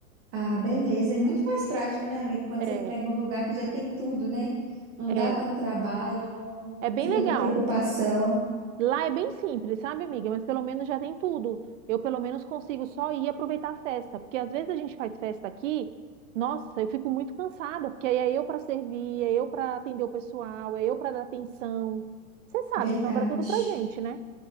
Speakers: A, on the right; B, on the right.
A: Ah, beleza. É muito mais prático, né, amiga? Quando
B: É,
A: você pega um lugar que já tem tudo, né? Não
B: é,
A: dá tanto trabalho, não, não
B: é bem
A: fica
B: legal.
A: com preocupação.
B: Lá é bem simples, sabe, amiga? Mas pelo menos já tem tudo. Eu pelo menos consigo só ir aproveitar a festa, porque às vezes a gente faz festa aqui, nossa, eu fico muito cansada, porque aí é eu para servir, é eu para atender o pessoal, é eu para dar atenção. Você sabe,
A: Verdade.
B: sobra tudo pra gente, né?